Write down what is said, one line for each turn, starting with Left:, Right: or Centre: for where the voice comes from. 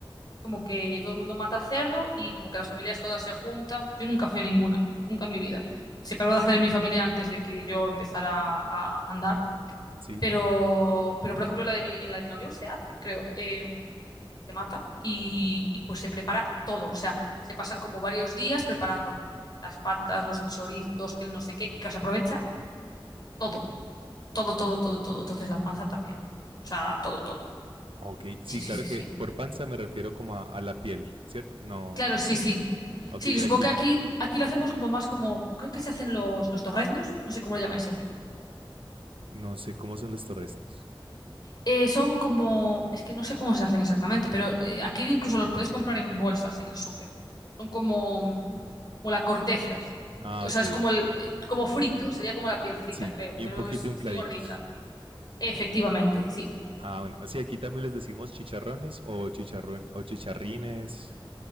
Left: como que todo el mundo mata al cerdo y como que las familias todas se juntan. Yo nunca fui a ninguna, nunca en mi vida. Se paró de hacer en mi familia antes de que yo empezara a andar.
Right: sí.
Left: Pero, pero por ejemplo, la de mi, en la de mi novio se hace, creo. Eh, se mata y, y, pues se prepara todo. O sea, se pasan como varios días preparando las patas, los chorizos, que el no sé qué, y que se aprovecha todo. Todo, todo, todo, todo. Entonces la panza también. O sea, todo, todo.
Right: Ok, sí,
Left: Sí, sí,
Right: claro
Left: sí,
Right: que
Left: sí.
Right: por panza me refiero como a, a la piel, ¿cierto? No.
Left: Claro, sí, sí.
Right: Ok,
Left: Sí,
Right: mira
Left: supongo
Right: aquí,
Left: que aquí, aquí lo hacemos como más como, creo que se hacen los, los torreznos, no sé cómo lo llamáis allí.
Right: no sé cómo son los torresnos.
Left: Eh, son como, es que no sé cómo se hacen exactamente, pero eh, aquí incluso los puedes comprar en bolsas en el súper. Son como, como la cortezas.
Right: Ah,
Left: O
Right: ok,
Left: sea, es como el, eh, como frito, sería como la piel frita,
Right: sí,
Left: creo.
Right: y
Left: Creo
Right: un poquito
Left: que es
Right: infladitos.
Left: así gordita. Efectivamente, sí.
Right: Ah, bueno, sí, aquí también les decimos chicharrones o chicharrón o chicharrines,